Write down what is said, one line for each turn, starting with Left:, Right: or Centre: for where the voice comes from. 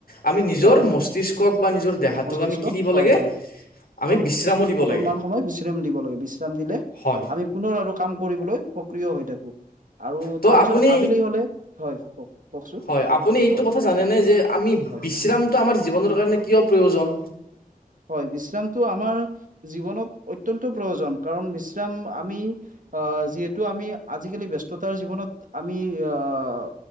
Left: আমি নিজৰ
Right: হয়
Left: মস্তিষ্কক বা নিজৰ দেহাটোক
Right: মস্তিষ্ক
Left: আমি কি দিব
Right: হয়
Left: লাগে।
Right: হয়
Left: আমি
Right: অলপ
Left: বিশ্ৰামো দিব
Right: অকনমান
Left: লাগে
Right: সময় বিশ্ৰাম দিব লাগে বিশ্ৰাম দিলে
Left: হয়
Right: আমি পুনৰ আৰু কাম কৰিবলৈ সক্ৰিয় হৈ থাকো আৰু
Left: ত'
Right: তাৰপিছত
Left: আপুনি
Right: আবেলি হলে হয় কওক কওকচোন
Left: হয় আপুনি এইটো
Right: কওক
Left: কথা জানেনে যে আমি
Right: হয়
Left: বিশ্ৰামটো আমাৰ জীৱনৰ কাৰণে কিয় প্ৰয়োজন?
Right: হয় বিশ্ৰামটো আমাৰ, জীৱনত অত্যন্ত প্ৰয়োজন কাৰণ বিশ্ৰাম আমি আহ যিহেতু আমি আজিকালি ব্যস্ততাৰ জীৱনত আমি আহ